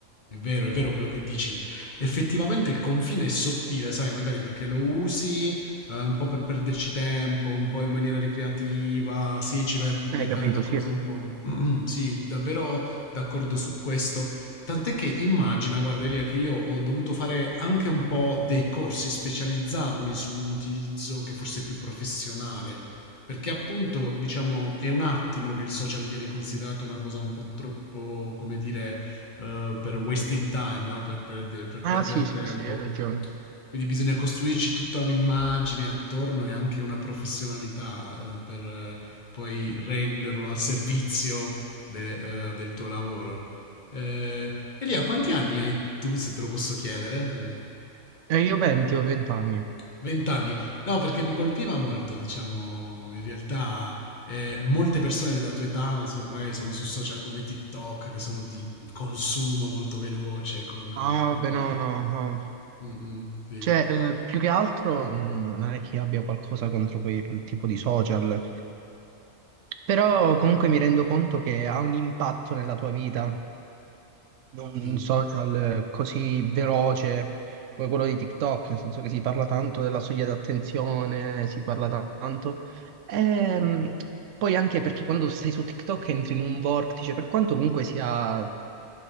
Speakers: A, on the left (about 40°); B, on the right (about 75°).
A: è vero, è vero quello che dici. Effettivamente il confine è sottile, sai, magari perché lo usi eh, un po' per perderci tempo, un po' in maniera ricreativa, sì, ci vai a pubblicare
B: Hai capito,
A: la cosa
B: sì.
A: un po'. <clears throat> Sì, davvero d'accordo su questo. Tant'è che immagina, guarda Elia, che io ho dovuto fare anche un po' dei corsi, specializzarmi su un utilizzo che forse è più professionale, perché appunto, diciamo, è un attimo che il social viene considerato una cosa un po' troppo, come dire eh, per wasting time, no? per, perde- per
B: Ah
A: perdere
B: sì, sì,
A: tempo.
B: sì, hai ragione.
A: Quindi bisogna costruirci tutta un'immagine attorno e anche una professionalità eh, per eh, poi renderlo al servizio de- eh, del tuo lavoro. Eh, Elia, quanti anni hai tu, se te lo posso chiedere? Eh,
B: E io 20, ho 20 anni.
A: Vent'anni. No, perché mi colpiva molto, diciamo, in realtà eh, molte persone della tua età, non so, magari sono su social come TikTok, che sono di consumo molto veloce con,
B: Ah,
A: eh, con
B: vabbè,
A: video.
B: no, no, no.
A: Mh-mh, sì,
B: Cioè, eh, più che altro mh, non è che abbia qualcosa contro quel tipo di social, però comunque mi rendo conto che ha un impatto nella tua vita, un
A: sì,
B: social così veloce come quello di TikTok, nel senso che si parla tanto della soglia d'attenzione, si parla ta- tanto. Ehm, poi anche perché quando stai su TikTok entri in un vortice, per quanto comunque sia.